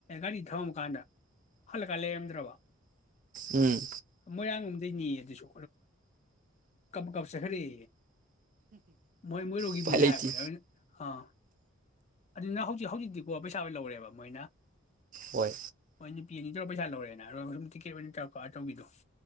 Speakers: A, on the left; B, on the right.
A: ꯒꯥꯔꯤ ꯊꯝ ꯀꯥꯟꯗ ꯍꯜꯂꯛꯀꯥꯟ ꯂꯩꯔꯝꯗ꯭ꯔꯕ
B: ꯎꯝ
A: ꯃꯣꯏꯔꯥꯡꯒꯣꯝꯗꯩꯅꯤ ꯑꯗꯨꯁꯨ ꯀꯞ ꯀꯞꯆꯈꯔꯛꯑꯦ ꯃꯣꯏ ꯃꯣꯏ ꯔꯣꯒꯤꯕꯤꯅ
B: ꯎꯄꯥꯏ ꯂꯩꯇꯦ
A: ꯍꯥꯏꯕꯅꯦ ꯑꯥ ꯑꯗꯨꯅ ꯍꯧꯖꯤꯛ ꯍꯧꯖꯤꯛꯇꯤꯀꯣ ꯄꯩꯁꯥ ꯂ ꯂꯧꯔꯦꯕ ꯃꯥꯏꯅ
B: ꯍꯣꯏ
A: ꯑꯩ ꯅꯨꯄꯤ ꯑꯅꯤ ꯇꯧꯔ ꯄꯩꯁꯥ ꯂꯧꯔꯦꯅ ꯁꯨꯝ ꯇꯤꯀꯦꯠ ꯑꯣꯏꯅ ꯇꯧꯔ ꯇꯧꯕꯤꯗꯣ